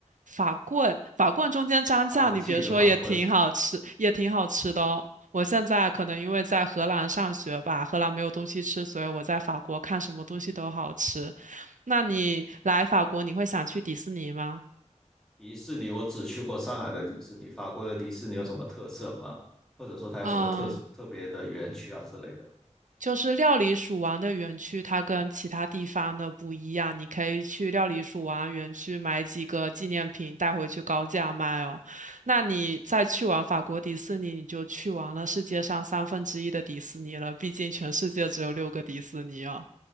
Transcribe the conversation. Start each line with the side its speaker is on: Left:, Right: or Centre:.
Right: 法棍，法棍中间蘸酱，
Centre: 当武器的法棍。
Right: 你别说也挺好吃，也挺好吃的哦。我现在可能因为在荷兰上学吧，荷兰没有东西吃，所以我在法国看什么东西都好吃。那你来法国，你会想去迪士尼吗？
Centre: 迪士尼我只去过上海的迪士尼，法国的迪士尼有什么特色吗？或者说它有什么特特别的园区啊之类的？
Right: 嗯，就是料理鼠王的园区，它跟其他地方的不一样。你可以去料理鼠王园区买几个纪念品带回去高价卖哦。那你再去完法国迪士尼，你就去完了世界上三分之一的迪士尼了。毕竟全世界只有六个迪士尼哦。